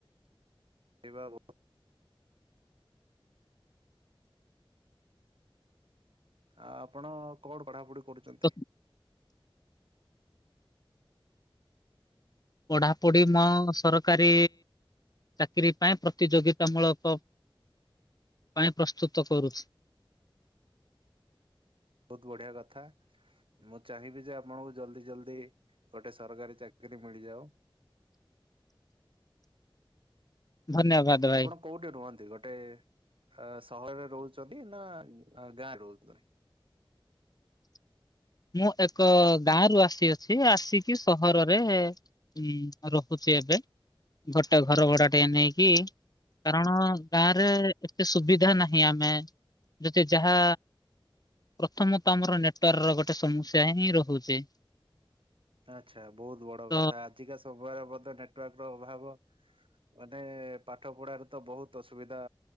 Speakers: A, on the right (about 70°); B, on the left (about 45°).
A: ସେଇବା ବହୁତ ଆ ଆପଣ କଣ ପଢାପଢି କରୁଛନ୍ତି?
B: ତ ପଢାପଢି ମୋ ସରକାରୀ ଚାକିରୀ ପାଇଁ ପ୍ରତିଯୋଗିତା ମୂଳକ ପାଇଁ ପ୍ରସ୍ତୁତ କରୁଛି।
A: ବହୁତ ବଢିଆ କଥା। ମୁଁ ଚାହିଁବି ଯେ ଆପଣଙ୍କୁ ଜଲଦି ଜଲଦି ଗୋଟେ ସରକାରୀ ଚାକିରୀ ମିଳି ଯାଉ।
B: <unintelligible> ଧନ୍ୟବାଦ ଭାଇ।
A: ଆପଣ କୋଉଠି ରୁହନ୍ତି? ଗୋଟେ ଅ ସହରରେ ରହୁଛନ୍ତି ନା ଗାଁରେ ରହୁଛନ୍ତି?
B: <unintelligible> ମୁଁ ଏକ ଗାଁରୁ ଆସିଅଛି ଆସିକି ସହରରେ ହୁଁ ଅ ରଖିଚି ଏବେ ଗୋଟେ ଘର ଭଡା ଟିକେ ନେଇକି କାରଣ ଗାଁ ରେ ଏତେ ସୁବିଧା ନାହିଁ ଆମେ ଯଦି ଯାହା ପ୍ରଥମତଃ ଆମର ନେଟୱାର୍ର ଗୋଟେ ତ ସମସ୍ୟା ହିଁ ରହୁଛି।
A: ଆଛା ବହୁତ ବଡ
B: ତ
A: କଥା ଆଜିକା ସମୟରେ ବୋଧେ ନେଟୱାର୍କ ର ଅଭାବ। ମାନେ ପାଠ ପଢାରେ ତ ବହୁତ ଅସୁବିଧା